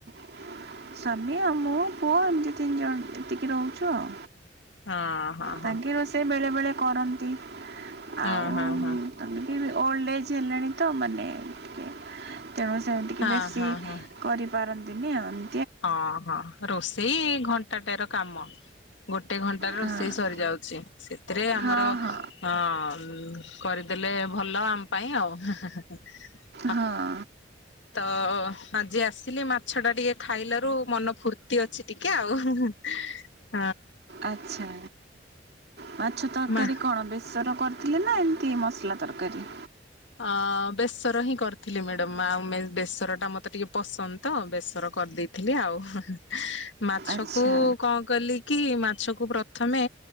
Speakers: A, on the right; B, on the left.
A: ସ୍ୱାମୀ ଆଉ ମୋ ପୁଅ ଏମିତି ତିନି ଜଣ ଏତିକି ରହୁଛୁ ଆଉ।
B: ହଁ ହଁ ହଁ
A: ତାଙ୍କ ରୋଷେଇ ବେଳେବେେଳେ କରନ୍ତି। କି?
B: ହଁ
A: ଆଉ
B: ହଁ ହଁ।
A: ତମେ? ଏବେ ଓଲ୍ଡ୍ ଏଜ୍ ହେଲାଣି ତ ମାନେ ଟିକେ। ତେଣୁ ସେମିତିକି
B: ହଁ
A: ବେଶୀ।
B: ହଁ ହଁ
A: କରିପାରନ୍ତିନି ଏମ୍
B: ହଁ ହଁ ରୋଷ୍ ସେଇ ଘଣ୍ଟାଟେର କାମ ଗୋଟେ ଘଣ୍ଟାରେ
A: ହଁ
B: ରୋଷେଇ ସରି ଯାଉଛି ସେ ଏଥିରେ ଆମର
A: ହଁ
B: ଅଁ
A: ହଁ
B: ଅଁ ଉଁ କରିଦେଲେ ଭଲ ଆମ ପାଇଁ ଆଉ ହେଁ ହେଁ ହେଁ
A: ହଁ
B: ତଅଅ ଆଜି ଆସିଲି ମାଛଟା ଟିକେ ଖାଇଲାରୁ ମନ ଫୁର୍ତ୍ତି ଅଛି ଟିକେ ଆଉ ହୁଁ ହୁଁ ଉଁ।
A: ଆଚ୍ଛା ମାଛ ତରକାରୀ
B: ମା
A: କଣ ବେସର କର୍? ଥିଲେ ନା ଏମିତି ମସଲା ତରକାରୀ?
B: ଅଁ ଅଁ ବେସର ହିଁ କରିଥିଲି ମ୍ୟାଡାମ୍ ଆଉ ମେ ବେସରଟା ମତେ ଟିକେ ପସନ୍ଦ ତ ବେସର କରିଦେଇଥିଲି ଆଉ ଉହୁଁ ହୁଁ। ମାଛକୁ
A: ଆଚ୍ଛା
B: କଣ କଲି କି ମା ମାଛକୁ ପ୍ରଥମେ